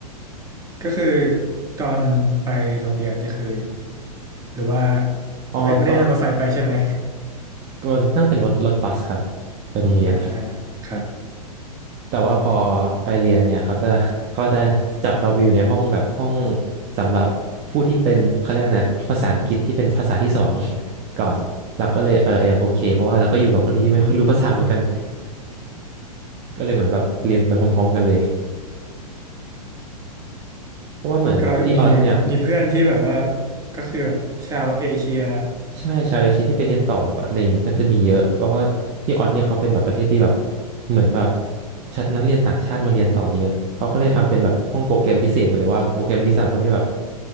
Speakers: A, on the right; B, on the right.
A: ก็คือตอนไปโรงเรียนนี่คือหรือว่า
B: อ๋อตอน
A: ไม่ไม่ได้นั่งรถไฟไปใช่ไหม
B: ก็นั่งเป็นรถรถบัสครับไปโรงเรียน
A: <laughs> อ่าครับ
B: แต่ว่าพอไปเรียนเนี่ยเขาจะเขาจะจับเราไปอยู่ในห้องแบบห้องสำหรับผู้ที่เป็นเขาเรียกอะไรนะภาษาอังกฤษที่เป็นภาษาที่สอง <laughs> ก่อนเราก็เลยเออยังโอเคเพราะว่าเราก็อยู่กับคนที่ไม่ค่อยรู้ภาษาเหมือนกันก็เลยเหมือนแบบเรียนไปพร้อมๆกันเลยเพราะว่าเหมือนแบบที่ออสเนี่ย
A: ก็มีมีเพื่อนที่แบบว่าก็คือแบบชาวเอเชีย
B: ใช่ ชาวเอเชียที่ไปเรียนต่อแบบอะไรอย่างเงี้ยก็จะมีเยอะเพราะว่าที่ออสเนี่ยเขาเป็นแบบประเทศที่แบบเหมือนแบบชัดนักเรียนต่างชาติมาเรียนต่อเยอะเขาก็เลยทำเป็นแบบห้องโปรแกรมพิเศษไปเลยว่าโปรแกรมนี้สำหรับคนที่แบบ